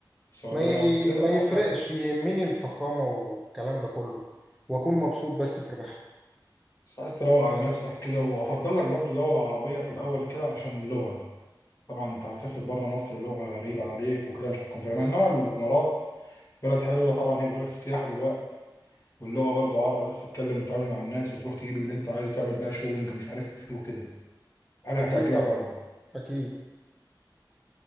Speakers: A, on the left; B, in the centre.
A: السعوديه
B: ما ي...
A: أو بس هي الامارات
B: ما يفرقش يهمني الفخامة والكلام ده كله واكون مبسوط بس في الرحلة
A: بس عايز تروق على نفسك كده وافضل لك برضو دوله عربيه في الاول كده عشان اللغه طبعا انت هتسافر بره مصر لغه غريبه عليك وكده مش هتكون فاهمها انما الامارات بلد حلوه طبعا هي الاولى في السياحه دلوقتي واللغه برضو عربي هتعرف تتكلم وتتعامل مع الناس وتروح تجيب اللي انت عايزه تعمل بقى شوبينج مش عارف ايه وكده حاجه
B: اكيد
A: هتعجبك
B: طبعا
A: قوي
B: اكيد